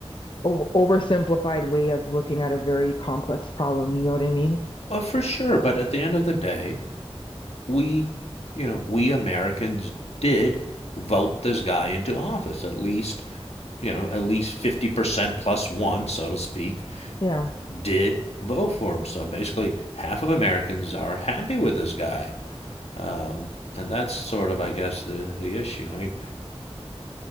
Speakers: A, on the left; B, on the left.
A: o- oversimplified way of looking at a very complex problem. You know what I mean?
B: Well, for sure, but at the end of the day, we, you know, we Americans did vote this guy into office. At least, you know, at least 50% plus one, so to speak,
A: Yeah.
B: did vote for him. So basically, half of Americans are happy with this guy. Um, and that's sort of, I guess, the, the issue. I mean,